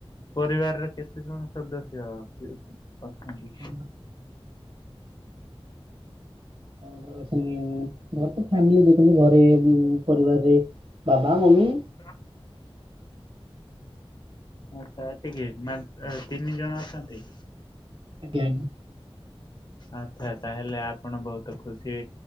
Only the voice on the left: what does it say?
ପରିବାରରେ କେତେ ଜଣ ସଦସ୍ୟ ପି? ଅଛନ୍ତି।
<inaudible> ଆଛା, ଏତିକି ମାନ୍ ଏ ତିନି ଜଣ ଅଛନ୍ତି।
ଆଚ୍ଛା, ତାହେଲେ ଆପଣ ବହୁତ ଖୁସି।